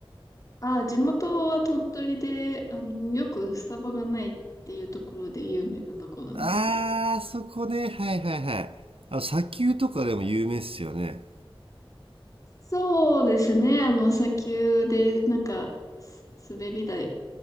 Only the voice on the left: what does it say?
あ地元は鳥取で、あの、よくスタバがないっていうところで有名なところなんですけど。
そうですね。あの、砂丘で、なんか、す滑り台、